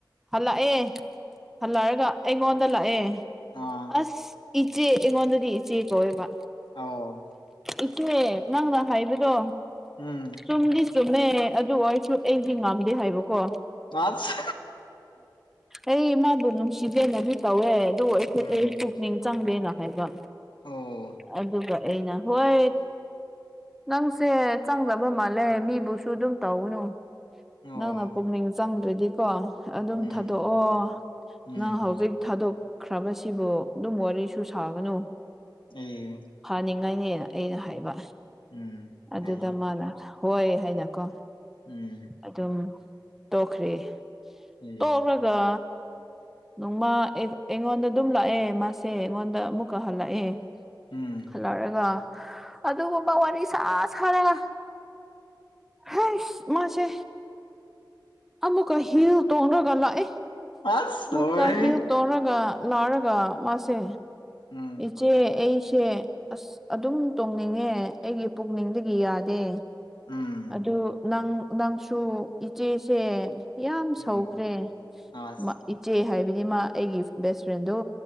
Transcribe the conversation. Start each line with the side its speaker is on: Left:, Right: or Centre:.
Centre: ꯍꯜꯂꯛꯑꯦ ꯍꯜꯂꯛꯔꯒ ꯑꯩꯉꯣꯟꯗ ꯂꯥꯛꯑꯦ
Left: ꯑ
Centre: ꯑꯁ ꯏꯆꯦ ꯑꯩꯉꯣꯟꯗꯗꯤ ꯏꯆꯦ ꯀꯧꯋꯦꯕ
Left: ꯑꯥꯎ
Centre: ꯏꯆꯦ ꯅꯪꯅ ꯍꯥꯏꯕꯗꯣ
Left: ꯎꯝ
Centre: ꯆꯨꯝꯗꯤ ꯆꯨꯝꯃꯦ ꯑꯗꯨ ꯑꯣꯏꯔꯁꯨ ꯑꯩꯗꯤ ꯉꯝꯗꯦ ꯍꯥꯏꯕꯀꯣ
Left: ꯑꯁ
Centre: ꯑꯩꯃꯥꯕꯨ ꯅꯨꯡꯁꯤꯗꯅꯗꯤ ꯇꯧꯋꯦ ꯑꯗꯨ ꯑꯩꯁꯨ
Left: ꯎꯝ
Centre: ꯑꯩ ꯃꯤꯡ ꯆꯪꯒꯦꯅ ꯍꯥꯏꯕ
Left: ꯑꯣ
Centre: ꯑꯗꯨꯒ ꯑꯩꯅ ꯍꯣꯏ ꯅꯪꯁꯦ ꯆꯪꯗꯕ ꯃꯥꯜꯂꯦ ꯃꯤꯕꯨꯁꯨ ꯑꯗꯨꯝ ꯇꯧꯅꯨ
Left: ꯑꯣ
Centre: ꯅꯪꯅ ꯄꯨꯛꯅꯤꯡ ꯆꯪꯗ꯭ꯔꯗꯤ ꯀꯣ ꯑꯗꯨꯝ
Left: ꯎꯝ
Centre: ꯊꯥꯗꯣꯛꯑꯣ
Left: ꯎꯝ
Centre: ꯅꯪ ꯍꯧꯖꯤꯛ ꯊꯥꯗꯣꯛꯈ꯭ꯔꯕꯁꯤꯕꯨ ꯑꯗꯨꯝ ꯋꯥꯔꯤꯁꯨ ꯁꯥꯒꯅꯨ
Left: ꯑꯦ
Centre: ꯐꯅꯤꯡꯉꯥꯏꯅꯦꯅ ꯑꯩꯅ ꯍꯥꯏꯕ
Left: ꯎꯝ
Centre: ꯑꯗꯨꯗ
Left: ꯐꯩꯌꯦ
Centre: ꯃꯥꯅ ꯍꯣꯏ ꯍꯥꯏꯅꯀꯣ
Left: ꯎꯝ
Centre: ꯑꯗꯨꯝ ꯇꯣꯛꯈ꯭ꯔꯦ
Left: ꯑꯦ
Centre: ꯇꯣꯛꯔꯒ ꯉꯧ ꯃꯥ ꯑꯩꯒ ꯑꯩꯉꯣꯟꯗ ꯑꯗꯨꯝ ꯂꯥꯛꯑꯦ ꯃꯥꯁꯦ ꯑꯩꯉꯣꯟꯗ ꯑꯃꯨꯛꯀ ꯍꯜꯂꯛꯑꯦ
Left: ꯎꯝ
Centre: ꯍꯜꯂꯛꯔꯒ ꯑꯗꯨꯒꯨꯝꯕ ꯋꯥꯔꯤ ꯁꯥ ꯁꯥꯔꯒ ꯍꯩꯁ ꯃꯥꯁꯦ ꯑꯃꯨꯛꯀ ꯍꯤꯜ ꯇꯣꯡꯔꯒ ꯂꯥꯛꯑꯦ
Left: ꯑꯁ
Centre: ꯑꯃꯨꯛꯀ
Left: ꯂꯣꯏꯔꯦꯍꯦ
Centre: ꯍꯤꯜ ꯇꯣꯡꯔꯒ ꯂꯥꯎꯔꯒ ꯃꯥꯁꯦ
Left: ꯎꯝ
Centre: ꯏꯆꯦ ꯑꯩꯁꯦ ꯑꯁ ꯑꯗꯨꯝ ꯇꯣꯡꯅꯤꯡꯉꯦ ꯑꯩꯒꯤ ꯄꯨꯛꯅꯤꯡꯗꯒꯤ ꯌꯥꯗꯦ
Left: ꯎꯝ
Centre: ꯑꯗꯨ ꯅꯪ ꯅꯪꯁꯨ ꯏꯆꯦꯁꯦ ꯌꯥꯝ
Left: ꯎꯝ
Centre: ꯁꯧꯈ꯭ꯔꯦ
Left: ꯑꯁ
Centre: ꯃꯥ ꯏꯆꯦ ꯍꯥꯏꯕꯗꯤ ꯃꯥ ꯑꯩꯒꯤ ꯕꯦꯁ ꯐ꯭ꯔꯦꯟꯗꯣ